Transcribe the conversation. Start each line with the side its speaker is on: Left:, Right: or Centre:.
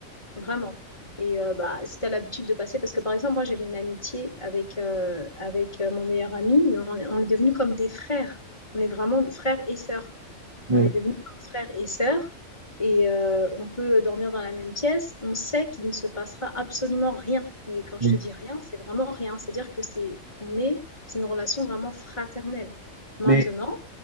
Left: Vraiment. Et euh, bah, si tu as l'habitude de passer, parce que par exemple, moi j'avais une amitié avec, euh, avec euh, mon meilleur ami, mais on, est- on est devenus comme des frères. On est vraiment frères et sœurs.
Right: ouais,
Left: On est devenus comme frères et sœurs. Et euh, on peut dormir dans la même pièce. On sait qu'il ne se passera absolument rien. Mais quand je
Right: ouais.
Left: te dis rien, c'est vraiment rien. C'est-à-dire que c'est on est, c'est une relation vraiment fraternelle. Maintenant,
Right: Mais,